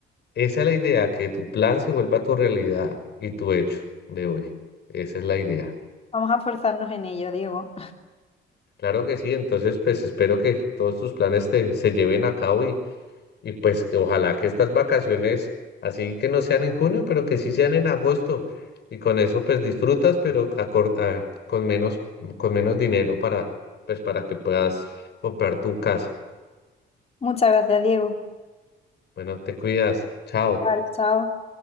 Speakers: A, on the left; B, on the left.
A: Esa es la idea, que tu plan se vuelva tu realidad y tu hecho de hoy. Esa es la idea.
B: Vamos a esforzarnos en ello, Diego.
A: Claro que sí. Entonces, pues espero que todos tus planes te, se lleven a cabo Y pues que ojalá que estas vacaciones, así que no sean en junio, pero que sí sean en agosto. Y con eso pues disfrutas, pero acor- ah, con menos, con menos dinero para, pues para que puedas comprar tu casa.
B: Muchas gracias, Diego.
A: Bueno, te cuidas. Chao.
B: Igual, chao.